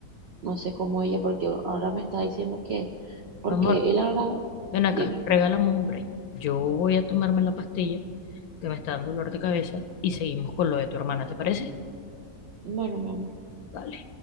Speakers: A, on the right; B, on the left.
A: No sé cómo ella, porque ahora me está diciendo que, porque
B: Amor,
A: él ahora,
B: ven acá,
A: dime,
B: regálame un break. Yo voy a tomarme la pastilla que me está dando dolor de cabeza y seguimos con lo de tu hermana, ¿te parece?
A: bueno, mi amor.
B: Vale.